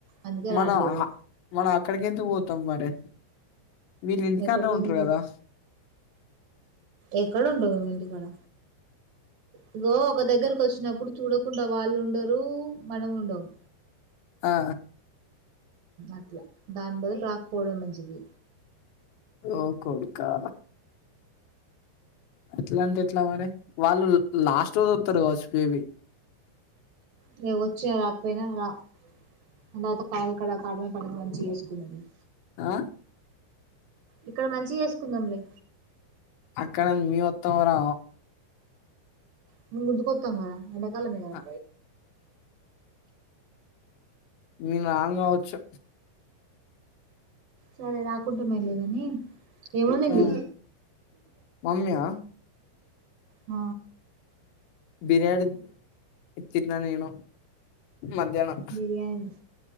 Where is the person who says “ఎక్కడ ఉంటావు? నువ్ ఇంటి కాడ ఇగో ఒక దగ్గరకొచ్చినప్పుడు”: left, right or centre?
Right